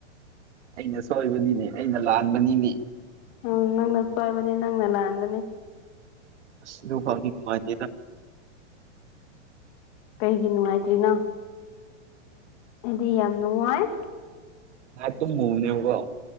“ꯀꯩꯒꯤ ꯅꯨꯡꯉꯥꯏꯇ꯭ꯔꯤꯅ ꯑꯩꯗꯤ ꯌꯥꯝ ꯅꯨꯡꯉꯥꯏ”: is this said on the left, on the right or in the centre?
Left